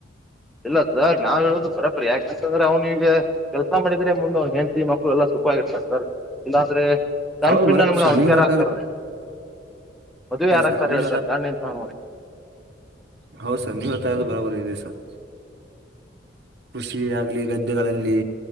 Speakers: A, in the centre; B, on the right.
A: ಇಲ್ಲ ಸರ್ ನಾವ್ ಹೇಳುದು ಬರೋಬರಿ ಯಾಕೆಂತಂದ್ರೆ ಅವ್ನ ಈಗ ಕೆಲಸ ಮಾಡಿದ್ರೆ ಮುಂದೆ ಅವ್ನಿಗೆ ಹೆ ಮಕ್ಕಳು ಎಲ್ಲಾ ಸುಖವಾಗಿರ್ತಾರೆ ಸರ್ ಇಲ್ಲಾ್ರೆ ದಂಡಪಿಂಡ್ಣ
B: ಹೌದು ಬರೋಬರಿ
A: ನಮಗ
B: ಸರ್
A: ಅವಣಿಗಾರ
B: ನೀವ್ ಹೇಳ್ತಾ
A: ಆಗ್ತಾರ
B: ಇರೋದು
A: ಮದುವೆ
B: ಸರಿ
A: ಯಾರಾಗಗ್ತಾರೆ
B: ಸರ್ ನೀವ್
A: ಹೇಳ್ತಾರೆ ದಾಂಡ ಎಂತ ತ ನೋ
B: ಹೌದು ಸರ್ ನೀವ ಹತ್ತರ್ದ ಬರಾಬರಿ ಇದೆ ಸರ್ ಕೃಷಿ ಆಗ್ಲಿ ಗದ್ದೆಗಳಲ್ಲಿ